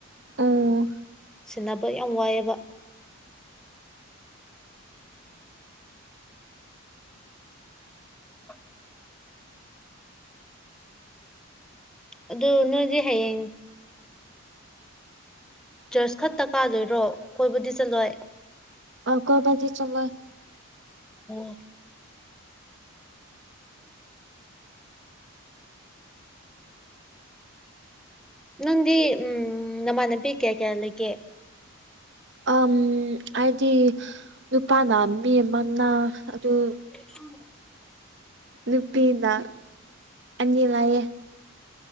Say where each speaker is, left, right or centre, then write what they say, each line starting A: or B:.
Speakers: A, on the right; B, in the centre.
A: ꯑꯣ
B: ꯁꯦꯟꯅꯕ ꯌꯥꯝ ꯋꯥꯏꯑꯦꯕ ꯑ <unintelligible> ꯑꯗꯨ ꯅꯣꯏꯗꯤ ꯍꯌꯦꯡ ꯆꯔꯁ ꯈꯛꯇ ꯀꯥꯗꯣꯏꯔꯣ ꯀꯣꯏꯕꯨꯗꯤ ꯆꯠꯂꯣꯏ
A: ꯑꯥꯎ ꯀꯣꯏꯐꯗꯤ ꯆꯠꯂꯣꯏ
B: ꯑꯣ ꯅꯪꯗꯤ ꯎꯝ ꯅꯥꯃꯟꯅꯕꯤ ꯀꯌꯥ ꯀꯌꯥ ꯂꯩꯒꯦ
A: ꯑꯥꯝ ꯍꯥꯏꯗꯤ ꯅꯨꯄꯥꯅ ꯃꯤ ꯑꯃꯅ ꯑꯗꯨ
B: ꯎꯝ
A: ꯅꯨꯄꯤꯅ ꯑꯅꯤ ꯂꯩꯌꯦ